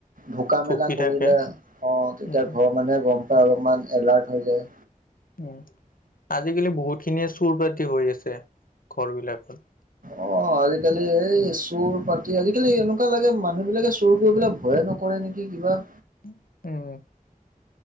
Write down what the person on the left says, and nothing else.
ভুকি
থাকে
উম
উম আজিকালি বহুতখিনিয়ে চোৰ পাতি হৈ আছে ঘৰ বিলাকত
হুম উম